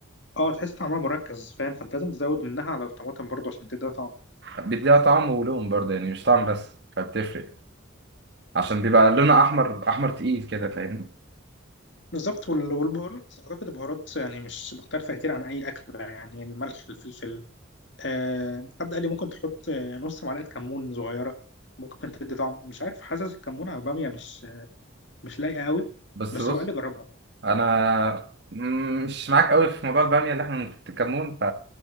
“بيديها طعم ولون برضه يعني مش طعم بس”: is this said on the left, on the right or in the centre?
Right